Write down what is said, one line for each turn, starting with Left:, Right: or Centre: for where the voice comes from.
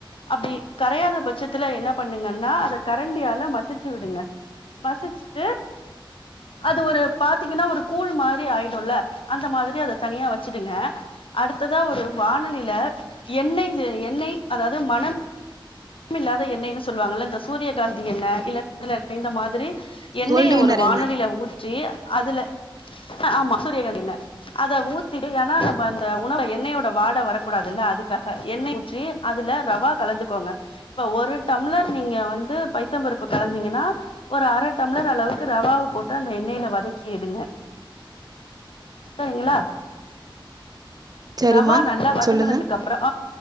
Left: அப்படி கரையாத பட்சத்துல என்ன பண்ணுங்கன்னா அதை கரண்டியால மசிச்சு விடுங்க மசிச்சுட்டு அது ஒரு பாத்தீங்கன்னா ஒரு கூழ் மாரி ஆயிடும்ல அந்த மாதிரி அத தனியா வச்சுடுங்க அடுத்ததா ஒரு வானலியில எண்ணெய் எண்ணெய் அதாவது மனம் மின் இல்லாத எண்ணைன்னு சொல்லுவாங்கல்ல இந்த சூரியகாந்தி எண்ணை இல்லை இந்த மாதிரி எண்ணெய
Right: கோல்டு வின்னர்
Left: ஒரு வானலியில
Right: என்ன
Left: ஊற்றி அதுல ஆமா சூரியகாந்தி எண்ணெய் அதை ஊத்திட்டு ஏன்னா நம்ம அந்த உணவுல எண்ணெய்யோட வாடை வரக்கூடாதுல்ல அதுக்காக எண்ணெய் ஊற்றி அதுல ரவா கலந்துக்கோங்க இப்ப ஒரு டம்ளர் நீங்க வந்து பைத்தம் பருப்பு கலந்தீங்கன்னா ஒரு அரை டம்ளர் அளவுக்கு ரவாவை போட்டு அந்த எண்ணெயில வதக்கி எடுங்க சரிங்களா
Right: சரிம்மா
Left: ரவா நல்லா வதங்கினதுக்கு
Right: சொல்லுங்க
Left: அப்புறம்